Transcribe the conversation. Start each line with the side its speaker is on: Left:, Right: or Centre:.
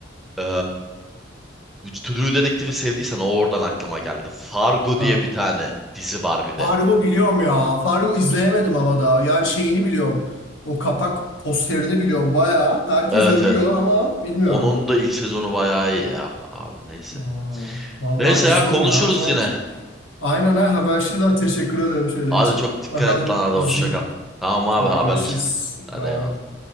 Centre: E, bu To Do Detective'i sevdiysen o oradan aklıma geldi. Fargo
Left: Ha.
Centre: diye bir tane dizi var bir de.
Left: Fargo biliyorum ya. Fargo izleyemedim ama daha. Yani şeyini biliyorum. O kapak posterini biliyorum. Bayağı herkes
Centre: Evet
Left: övüyor
Centre: evet.
Left: ama bilmiyorum.
Centre: Onun da ilk sezonu bayağı iyi ya. Abi neyse.
Left: Aa, vallahi
Centre: Neyse
Left: izleyeyim
Centre: ya konuşuruz
Left: ya. O zaman
Centre: yine.
Left: aynen ha habersiz daha teşekkür ederim şöyle
Centre: Hadi
Left: için.
Centre: çok dikkat
Left: Bakalım
Centre: et lan hadi
Left: izleyeyim.
Centre: hoşça kal. Tamam abi
Left: Daha
Centre: haberleşiriz.
Left: görüşürüz. Bye.
Centre: Hadi eyvallah.